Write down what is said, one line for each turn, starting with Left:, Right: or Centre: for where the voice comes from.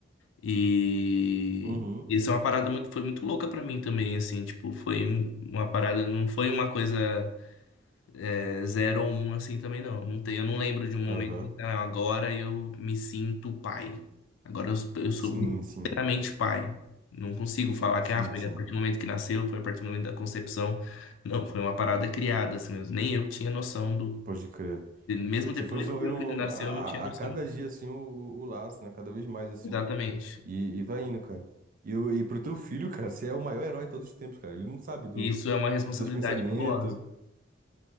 Left: E.
Right: Uhum.
Left: Isso é uma parada muito, foi muito louca pra mim também, assim, tipo, foi um- uma parada, não foi uma coisa É, zero ou um assim também não. Não tem, eu não lembro de um momento
Right: Aham.
Left: que "Ah, agora eu me sinto pai. Agora eu, eu
Right: Sim,
Left: sou
Right: sim.
Left: inteiramente pai. Não consigo falar
Right: Sim,
Left: que ah, foi
Right: sim.
Left: a partir do momento que nasceu, foi a partir do momento da concepção. Não, foi uma parada criada assim mesmo. Nem eu tinha noção do.
Right: Pode crer.
Left: Mesmo depois
Right: Você foi desenvolvendo
Left: que meu
Right: um,
Left: filho nasceu,
Right: a,
Left: eu não tinha noção.
Right: a cada dia assim o, o laço, né? Cada vez mais assim.
Left: Exatamente.
Right: E, e vai indo, cara. E, o- e pro teu filho, cara, você é o maior herói de todos os tempos, cara. Ele não sabe do,
Left: E isso é uma responsabilidade
Right: dos teus pensamentos.
Left: fabulosa.